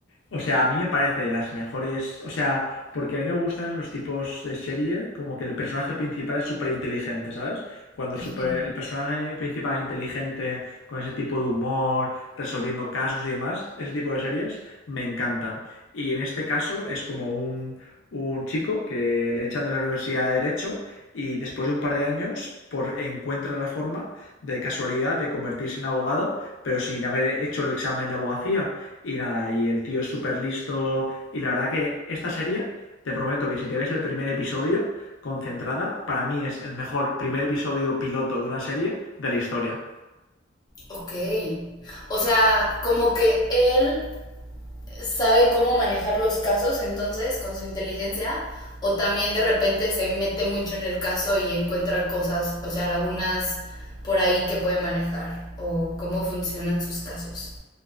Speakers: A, on the left; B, on the left.
A: o sea, a mí me parece de las mejores. O sea, porque a mí me gustan los tipos de serie como que el personaje principal es súper inteligente, ¿sabes? Cuando
B: Ujú.
A: el, super- el personaje principal es inteligente, con ese tipo de humor, resolviendo casos y demás, ese tipo de series me encantan. Y en este caso es como un, un chico que le echan de la Universidad de Derecho y después de un par de años por, encuentra la forma de casualidad de convertirse en abogado, pero sin haber hecho el examen de abogacía. Y nada, y el tío es súper listo. Y la verdad que esta serie, te prometo que si te ves el primer episodio, concentrada, para mí es el mejor primer episodio piloto de una serie de la historia.
B: Ok. O sea, como que él sabe cómo manejar los casos, entonces, con su inteligencia, o también de repente se mete mucho en el caso y encuentra cosas, o sea, lagunas por ahí que puede manejar, o cómo funcionan sus casos.